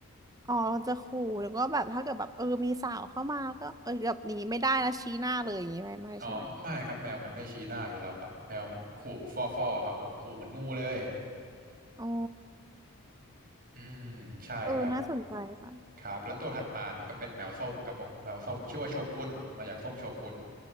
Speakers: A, on the right; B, on the right.
A: อ๋อจะขู่แล้วก็แบบถ้าเกิดแบบเออมีสาวเข้ามาก็เออแบบนี้ไม่ได้นะชี้หน้าเลยอย่างงี้ไม่ไม่ใช่ไหม
B: อ๋อไม่ครับแมวมันไม่ชี้หน้าอยู่แล้วครับแมวมันขู่ฟ่อๆครับผมขู่เหมือนงูเลย
A: อ๋อ
B: อืมใช่ครับ
A: เออน่าสนใจค่ะ
B: ครับแล้วตัวถัดมาเนี่ยก็เป็นแมวส้มครับผมแมวส้มชื่อว่าโชกุนมาจากส้มโชกุน